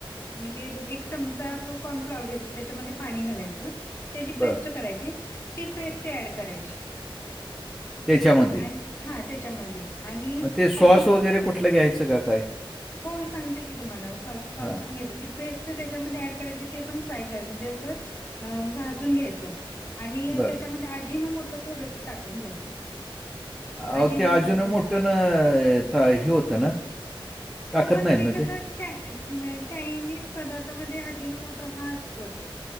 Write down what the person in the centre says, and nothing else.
बरं.
त्याच्यामध्ये.
मग ते सॉस
वगैरे कुठलं घ्यायचं का काय?
हां.
बरं.
अ
ते अजून
मोठं
ना हे होतं ना टाकत
नाहीत ना
ते?